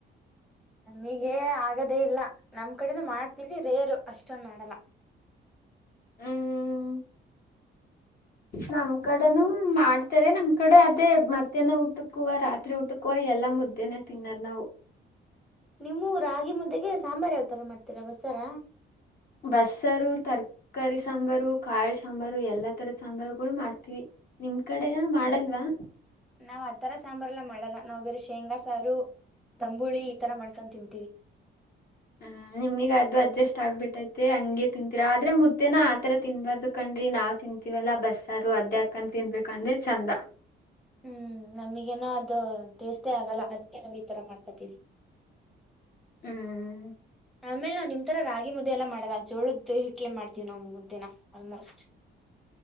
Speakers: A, in the centre; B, on the left.
A: ನಮಗ ಆಗದೆೇ ಇಲ್ಲ ನಮ್ ಕಡೆನೂ ಮಾಡ್ತೀವಿ ರೇರು ಅಷ್ಟೊಂದು ಮಾಡಲ್ಲ
B: ಹ್ಮ್ ನಮ್ ಕಡೆನೂ ಮಾಡ್ತಾರೆ ನಮ್ ಕಡೆ ಅದೇ ಮಧ್ಯಾಹ್ನ ಊಟಕುವ ರಾತ್ರಿ ಊಟಕ್ಕುವ ಎಲ್ಲಾ ಮುದ್ದೆನೆೇ ತಿನ್ನೋದ್ ನಾವು
A: ನಿಮ್ಮೂ ರಾಗಿ ಮುದ್ದೆಗೆ ಸಾಂಬಾರ್ು ಯಾವತರ ಮಾಡ್ತೀರಾ ಬಸ್ಸಾರ
B: ಬಸ್ಸಾರ ತರ್ಕಾರಿ ಸಾಂಬಾರು ಕಾಳ ಸಾಂಬಾರು ಎಲ್ಲಾ ತರದ ಸಾಂಬಾರುಗಳು ಮಾಡ್ತೀವಿ ನಿಮ್ ಕಡೆಯ ಮಾಡಲ್ವಾ
A: ನಾವ್ ಆತರ ಸಾಂಬಾರ್ ಎಲ್ಲ ಮಾಡಲ್ಲ ನಾವ್ ಬೇರೆ ಶೇಂಗಾ ಸಾರು ತಂಬುಳಿ ಈತರ ಮಾಡ್ಕೊಂಡು ತಿನ್ಂತೀವಿ
B: ಹಾ ನಿಮಗ್ ಅದು ಅಡ್ಜಸ್ಟ್ ಆಗ್ಬಿಟ್ಟೈತೆ ಹಂಗೆ ತಿಂತಿರೋ ಆದ್ರೆ ಮುದ್ದೇನ ಆತರ ತಿನ್ಬಾರ್ದು ಕಣ್ರಿ ನಾವು ತಿಂತವಿ ಇತವಲ್ಲಾ ಬಸ್ಸಾರು ಅದ್ಯಾಕನ್ ತಿನ್ಬೇಕ ಅಂದ್ರೆ ಚಂದ
A: ಹ್ಮ್ ನಮಗೇನೋ ಅದು ಟೇಸ್ಟೇ ಆಗಲ್ಲ ಅದಕ್ಕೆ ನಾವವು ಈಥರ ಮಾಡ್ಕೊತೀವಿ
B: <inaudible> ಹ್ಮ್
A: ಆಮೇಲೆ ನಾವ್ ನಿಮ್ ತರ ರಾಗಿ ಮುದ್ದೆ ಎಲ್ಲ ಮಾಡದಾಗ ಜೋಳದ್ದು ಹಿಟ್ಲೆ ಮಾಡ್ತೀವಿ ನಾವು ಮುದ್ದಿನ ಆಲ್ಮೋಸ್ಟ್